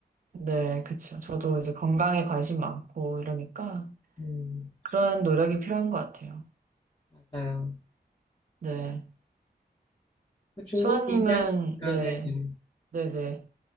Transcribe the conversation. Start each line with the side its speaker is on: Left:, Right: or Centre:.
Right: 네, 그쵸. 저도 이제 건강에 관심 많고 이러니까
Left: 음,
Right: 그런 노력이 필요한 것 같아요.
Left: 맞아요.
Right: 네.
Left: 그 중독
Right: 수아님은,
Left: 얘기하시니까,
Right: 네,
Left: 네. 네.
Right: 네네.